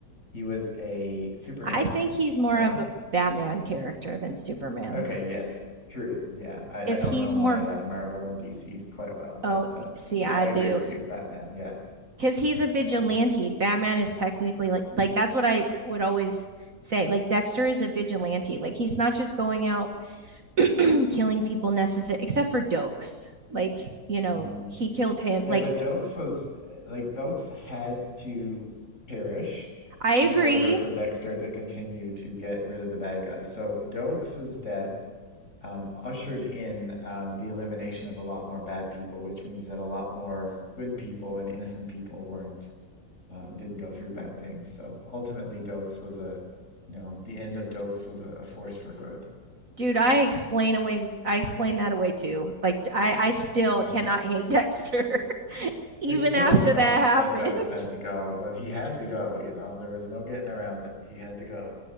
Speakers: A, on the left (about 40°); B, on the right (about 50°).
A: he was a superhero,
B: I think he's more
A: you know?
B: of a Batman character than Superman.
A: Okay, yes. True. Yeah. I
B: Because
A: I don't
B: he's
A: know
B: more,
A: my uh, Marvel and DC quite well, but
B: oh,
A: uh,
B: see,
A: y-
B: I
A: I agree
B: do.
A: with you, Batman. Yeah.
B: Because he's a vigilante.
A: Yeah.
B: Batman is technically like, like that's what I would always say. Like Dexter is a vigilante. Like he's not just going out and killing people necessary, except for Dokes. Like, you know,
A: Mm.
B: he killed him.
A: Yeah,
B: Like,
A: but Dokes was like Dokes had to perish
B: I agree.
A: in order for Dexter to continue to get rid of the bad guys. So Dokes's death um, ushered in um, the elimination of a lot more bad people, which means that a lot more good people and innocent people weren't um, didn't go through bad things. So ultimately, Dokes was a you know the end of Dokes was a, a force for good,
B: Dude, I
A: I think.
B: explain away, I explain that away too. Like, I, I still
A: Yeah.
B: cannot hate Dexter, <laughs> even
A: It still
B: after
A: sucks
B: that happens.
A: that Dokes had to go,
B: <laughs>
A: but he had to go, you know. There was no getting around it. He had to go.